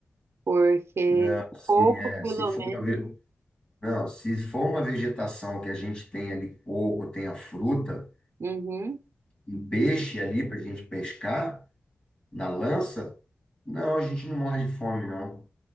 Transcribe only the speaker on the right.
Porque
pouco,
pelo
menos.
Uhum.